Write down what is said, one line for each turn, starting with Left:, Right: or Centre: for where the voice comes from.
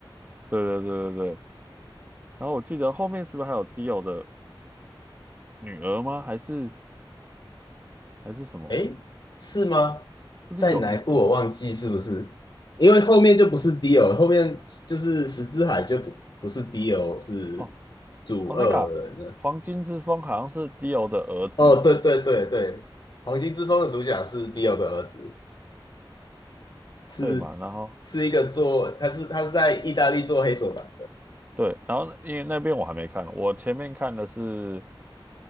Right: 对对对对对对。然后我记得后面是不是还有 Dio 的女儿吗？还是还是什么？
Left: 诶，是吗？
Right: 是不是有一部？
Left: 在哪一部我忘记是不是？因为后面就不是 Dio，后面就是十之海就不不是 Dio，是
Right: 哦
Left: 主恶人了。
Right: 哦，那个啊黄金之风好像是 Dio 的儿子，
Left: 哦，对对对对，黄金之风的主角是 Dio 的儿子，是
Right: 对嘛？然后
Left: 是一个做他是他是在意大利做黑手党，
Right: 对，然后因为那边我还没看，我前面看的是。